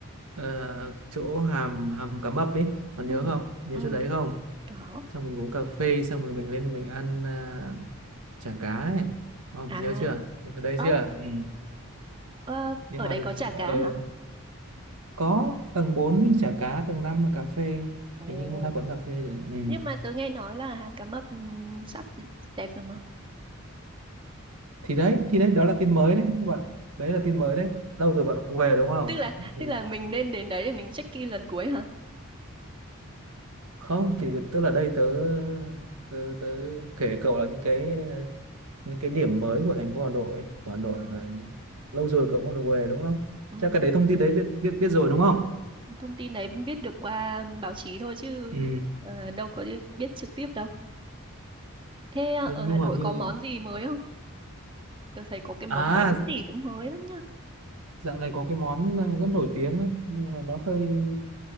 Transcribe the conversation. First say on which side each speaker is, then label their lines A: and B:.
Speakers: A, on the right (about 80°); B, on the right (about 20°).
A: ờ, chỗ hàm hàm cá mập ấy còn
B: ừ
A: nhớ không nhớ
B: ừ
A: chỗ đấy không
B: có
A: xong mình uống cà phê xong rồi mình lên mình ăn ờ, chả cá đấy không
B: à
A: nhớ chưa Nhớ ở đấy
B: ớ
A: chưa ừ.
B: ờ,
A: nhưng
B: ở
A: mà
B: đây có chả cá
A: ờ,
B: hả
A: có tầng 4 thì chả cá tầng 5 là cà phê
B: ồ
A: hình như một hai quán cà phê rồi đấy. ừ.
B: nhưng mà tớ nghe nói là hàm cá mập ừm, sắp đẹp rồi mà
A: thì đấy thì đấy đó là tin mới đấy các bạn đấy là tin mới đấy lâu rồi bạn không về đúng không
B: tức là
A: ừ.
B: tức là mình nên đến đấy để mình check in lần cuối hả
A: không thì tức là đây tớ tớ, tớ kể cậu là những cái ờ, những cái điểm mới của thành phố Hà Nội của Hà Nội
B: À,
A: mà lâu rồi cậu không được về đúng không
B: ừ.
A: chắc cái đấy thông tin đấy biết biết biết rồi đúng không
B: Thông tin đấy biết được qua báo chí thôi chứ
A: ừ.
B: ờ, đâu có đi- biết trực tiếp đâu. Thế ờ,
A: thế
B: ở
A: nhưng
B: Hà Nội
A: mà như
B: có món gì mới không? Tôi thấy có cái món
A: à
B: bánh gì cũng mới lắm
A: dạo này có cái món ờ, rất nổi tiếng đấy nhưng mà nó hơi